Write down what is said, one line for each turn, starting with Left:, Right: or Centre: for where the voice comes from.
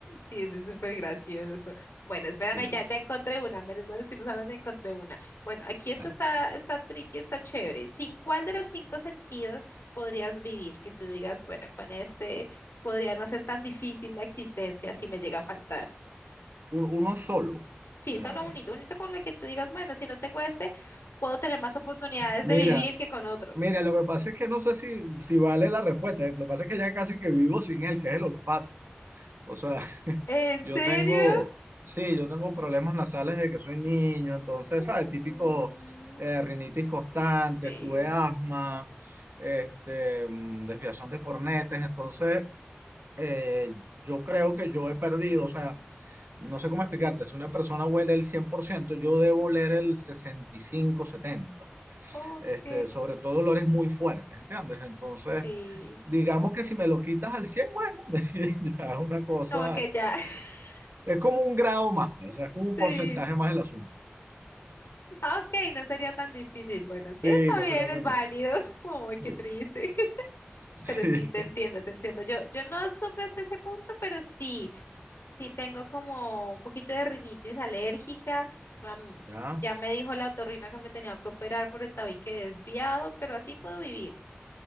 Left: Sí, eso es súper gracioso. Bueno, espérame,
Right: Sí,
Left: ya, ya encontré una. Menos mal estuvimos hablando de encontré una. Bueno, aquí esta
Right: dale.
Left: está, está tricky, está chévere. ¿Sin cuál de los cinco sentidos podrías vivir? Que tú digas, bueno, con este podría no ser tan difícil la existencia si me llega a faltar.
Right: Un- uno solo.
Left: Sí,
Right: Eh,
Left: solo unito, unito con el que tú digas, bueno, si no tengo este, puedo tener más oportunidades
Right: mira,
Left: de vivir que con otro.
Right: mira, lo que pasa es que no sé si, si vale la respuesta. eh, Lo que pasa es que ya casi que vivo sin él, que es el olfato. O sea, <laughs>
Left: ¿En
Right: yo
Left: serio?
Right: tengo, sí, yo tengo problemas nasales desde que soy niño, entonces,
Left: Mm,
Right: ¿sabes? Típico eh, rinitis constante,
Left: Sí.
Right: tuve asma, este, mm, desviación de cornetes, entonces eh, yo creo que yo he perdido, o sea, no sé cómo explicarte, si una persona huele el 100%, yo debo oler el 65, 70,
Left: Ok,
Right: este, sobre todo olores muy fuertes, ¿entiendes? Entonces,
Left: sí.
Right: digamos que si me lo quitas al 100, bueno, <laughs> ya es una cosa,
Left: Como que ya, <laughs>
Right: es como un grado más, pues, o sea, es como un
Left: sí.
Right: porcentaje más del asunto.
Left: Ah, ok, no sería tan difícil. Bueno, sí
Right: Sí,
Left: está
Right: no
Left: bien,
Right: sería
Left: es
Right: tan
Left: válido.
Right: difícil.
Left: <laughs> Uy,
Right: Sí.
Left: qué triste. <laughs>
Right: Sí,
Left: Pero sí, te entiendo, te entiendo. Yo, yo no sufro hasta ese punto, pero sí, sí tengo como un poquito de rinitis alérgica. Mam-
Right: <laughs> ya.
Left: ya me dijo la otorrina que me tenía que operar por el tabique desviado, pero así puedo vivir.